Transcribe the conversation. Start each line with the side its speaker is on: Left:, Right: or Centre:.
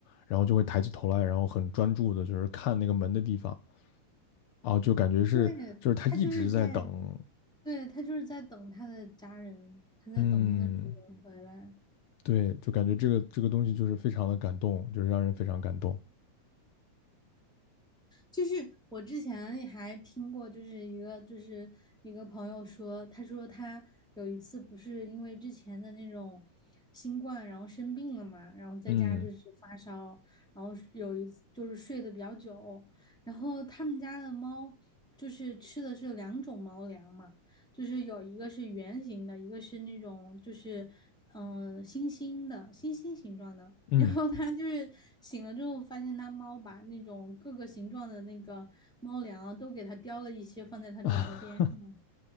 Left: 然后就会抬起头来，然后很专注的就是看那个门的地方啊，就感觉是就是它一直在等，
Centre: 对，它就是在，对，它就是在等它的家人，它在等它的主人回来。
Left: 嗯，对，就感觉这个这个东西就是非常的感动，就是让人非常感动，
Centre: 就是我之前也还听过，就是一个就是一个朋友说，他说他有一次不是因为之前的那种新冠，然后生病了嘛，然后在家就是发烧，
Left: 嗯
Centre: 然后有一次就是睡得比较久，然后他们家的猫就是吃的是两种猫粮嘛，就是有一个是圆形的，一个是那种就是嗯、呃星星的星星形状的。
Left: 嗯。
Centre: 然后他就是醒了之后，发现它猫把那种各个形状的那个猫粮啊都给它叼了一些，放在它枕头边上。
Left: <laughs> 啊，